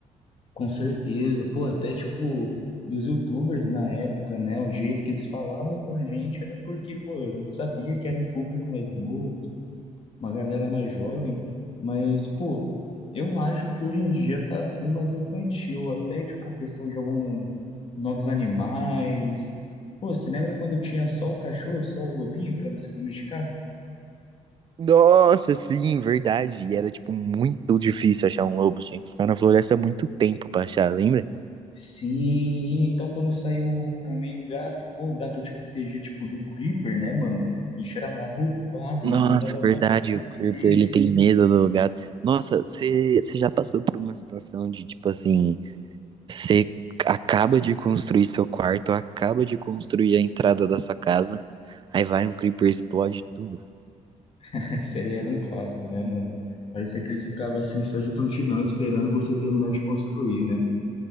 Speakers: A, on the left; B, on the right.
A: Com certeza. Pô, até tipo, dos YouTubers na época, né? O jeito que eles falavam com a gente era porque, pô, sabia que era um público mais novo, uma galera mais jovem, mas, pô, eu acho que hoje em dia tá assim mais infantil, até tipo questão de algum novos animais. Pô, você lembra quando tinha só o cachorro, só o lobinho pra você domesticar?
B: Nossa, sim, verdade. E era, tipo, muito difícil achar um lobo. Tinha que ficar na floresta muito tempo pra achar, lembra?
A: Sim, então quando saiu também o gato, pô, o gato te protegia tipo do Creeper, né, mano? O bicho era mal roubado
B: Nossa,
A: e ninguém dava
B: verdade.
A: valor pra
B: O Creeper,
A: ele.
B: ele tem medo do gato. Nossa, você já passou por uma situação de, tipo, assim, você acaba de construir seu quarto, acaba de construir a entrada da sua casa, aí vai um Creeper e explode tudo.
A: <laughs> Isso aí era um clássico, né, mano? Parecia que eles ficavam assim só de prontidão, esperando você terminar de construir, né?